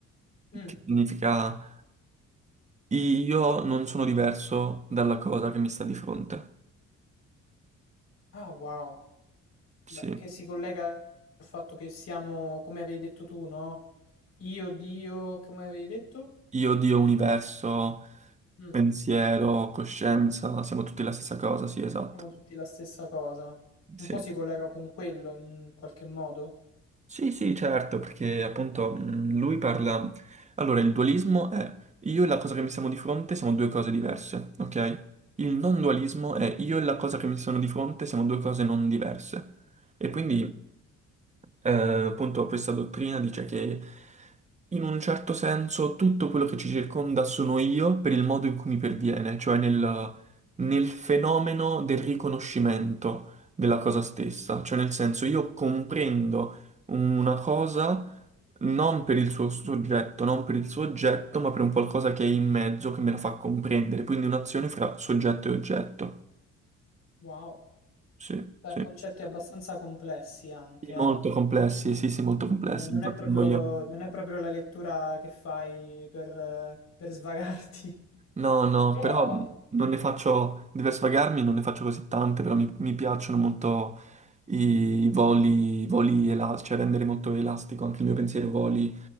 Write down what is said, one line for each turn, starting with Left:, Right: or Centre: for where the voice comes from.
Left: Mm.
Right: che significa io non sono diverso dalla cosa che mi sta di fronte.
Left: Ah, wow.
Right: Sì,
Left: Beh, che si collega al fatto che siamo, come avevi detto tu, no? Io, Dio, come avevi detto?
Right: io, Dio, universo,
Left: Mm,
Right: pensiero, coscienza, siamo tutti la stessa cosa, sì, esatto.
Left: siamo tutti la stessa cosa.
Right: Sì.
Left: Un po' si collega con quello in qualche modo.
Right: Sì, sì, certo, perché appunto mh, lui parla... Allora, il dualismo è io e la cosa che mi siamo di fronte siamo due cose diverse, ok? Il non dualismo è io e la cosa che mi sono di fronte siamo due cose non diverse. E quindi
Left: Mm,
Right: eh, appunto questa dottrina dice che in un certo senso tutto quello che ci circonda sono io per il modo in cui mi perviene, cioè nel, nel fenomeno del riconoscimento della cosa stessa, cioè nel senso io comprendo una cosa non per il suo soggetto, non per il suo oggetto, ma per un qualcosa che è in mezzo, che me la fa comprendere, quindi un'azione fra soggetto e oggetto.
Left: wow.
Right: Sì,
Left: Beh,
Right: sì.
Left: concetti abbastanza complessi anche, eh.
Right: Molto complessi, sì, sì, molto complessi,
Left: Eh, non
Right: infatti
Left: è proprio,
Right: non voglio...
Left: non è proprio la lettura che fai per, eh, per svagarti.
Right: No,
Left: <laughs>
Right: no,
Left: Però.
Right: però non ne faccio, per svagarmi non ne faccio così tante, però mi, mi piacciono molto i, i voli, i voli elastici, cioè rendere molto elastico anche il mio pensiero, voli